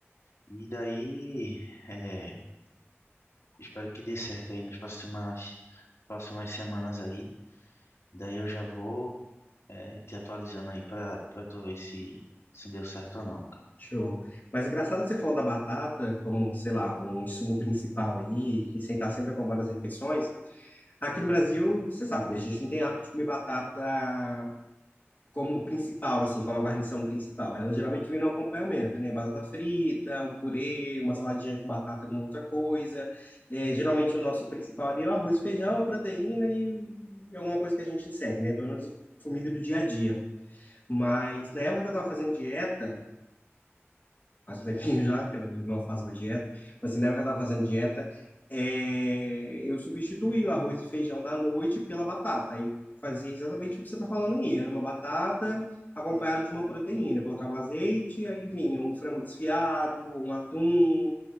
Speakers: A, on the left; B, on the left.
A: E daí, é, espero que dê certo aí nas próximas, próximas semanas aí. Daí eu já vou, é, te atualizando aí para tu ver se, se deu certo ou não.
B: show. Mas é engraçado que você falou da batata como, sei lá, um insumo principal aí, que sentar estar sempre acompanhando as refeições. Aqui no Brasil, você sabe, né, a gente não tem hábito de comer batata como principal, assim, como a guarnição principal. Ela geralmente vem no acompanhamento, né? Batata frita, um purê, uma saladinha com batata, alguma outra coisa. É, geralmente o nosso principal ali é o arroz, feijão, a proteína e alguma coisa que a gente insere, né? Pelo menos comida do dia a dia. Mas na época que eu estava fazendo dieta, faz um tempinho já que eu não faço mais dieta, mas assim, na época que eu estava fazendo dieta, é, eu substituí o arroz e feijão da noite pela batata, e fazia exatamente o que você está falando aí, era uma batata acompanhada de uma proteína, colocava azeite, aí vinha um frango desfiado, um atum,